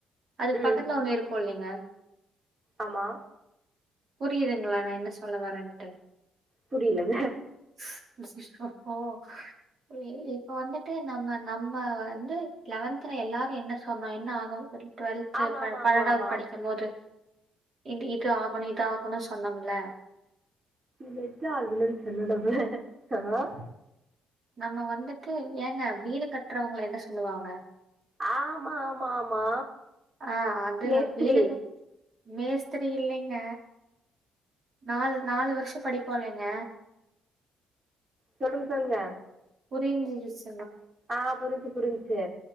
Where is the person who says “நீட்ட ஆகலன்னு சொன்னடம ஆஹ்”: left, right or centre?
Right